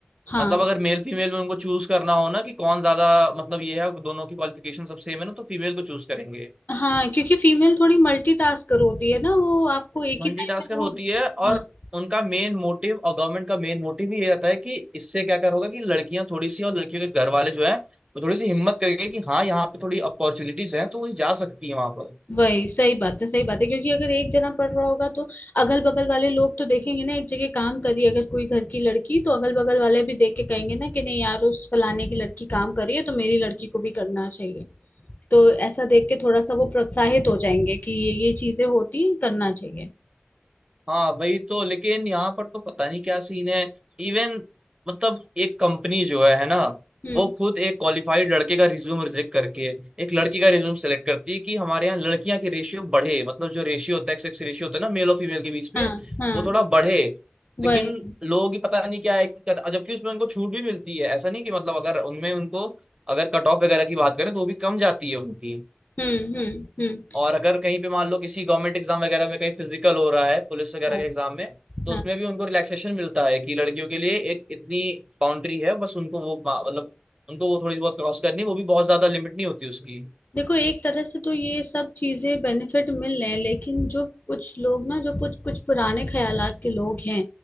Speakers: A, on the left (about 45°); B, on the right (about 20°).
A: हाँ
B: मतलब अगर मेल फीमेल में उनको चूज करना हो ना कि कौन ज्यादा मतलब ये है दोनों की क्वालिफिकेशन सब सेम है ना तो फीमेल को चूज करेंगे
A: हाँ क्योंकि फीमेल थोड़ी मल्टीटास्कर होती है ना वो आपको एक
B: मल्टीटास्कर
A: ही टाइम पे ना
B: होती
A: वो
B: है
A: हाँ
B: और उनका मेन मोटिव और गवर्नमेंट का मेन मोटिव ही ये रहता है कि इससे क्या करोगे कि लड़कियां थोड़ी सी और लड़कियों के घर वाले जो है वो थोड़ी सी हिम्मत करेंगे कि हाँ यहाँ पे थोड़ी अपॉर्चुनिटीज हैं तो वो जा सकती है वहां पर
A: वही सही बात है सही बात है क्योंकि अगर एक जना पढ़ रहा होगा तो अगल बगल वाले लोग तो देखेंगे ना एक जगह काम करी अगर कोई घर की लड़की तो अगल बगल वाले भी देख के कहेंगे ना कि नहीं यार उस फलाने की लड़की काम कर रही है तो मेरी लड़की को भी करना चाहिए तो ऐसा देख के थोड़ा सा वो प्रोत्साहित हो जाएंगे कि ये ये चीजें होती हैं, करना चाहिए
B: हाँ वही तो लेकिन यहाँ पर तो पता नहीं क्या सीन है इवन मतलब एक कंपनी जो है है ना
A: हम्म
B: वो खुद एक क्वालिफाइड लड़के का रिज्यूम रिजेक्ट करके एक लड़की का रिज्यूम सेलेक्ट करती है कि हमारे यहाँ लड़कियां के रेशियो बढ़े मतलब जो रेशियो होता है सेक्स रेशियो होता है ना मेल और फीमेल के बीच में
A: हाँ हाँ
B: वो थोड़ा बढ़े लेकिन
A: वही
B: लोगों की पता नहीं क्या है कि कर- जबकि उसमें उनको छूट भी मिलती है ऐसा नहीं कि मतलब अगर उनमें उनको अगर कट ऑफ वगैरह की बात करें तो वो भी कम जाती है उनकी
A: हम्म हम्म हम्म
B: और अगर कहीं पे मान लो किसी गवर्नमेंट एग्जाम वगैरह में कहीं फिजिकल हो रहा है पुलिस वगैरह
A: हाँ
B: के एग्जाम में तो
A: हाँ
B: उसमें भी उनको रिलैक्सेशन मिलता है कि लड़कियों के लिए एक इतनी बाउंड्री है बस उनको वो मा- मतलब उनको वो थोड़ी बहुत क्रॉस करनी है, वो भी बहुत ज्यादा लिमिट नहीं होती उसकी
A: देखो एक तरह से तो ये सब चीजें बेनिफिट मिल रहे हैं लेकिन जो कुछ लोग ना जो कुछ कुछ पुराने ख्यालात के लोग हैं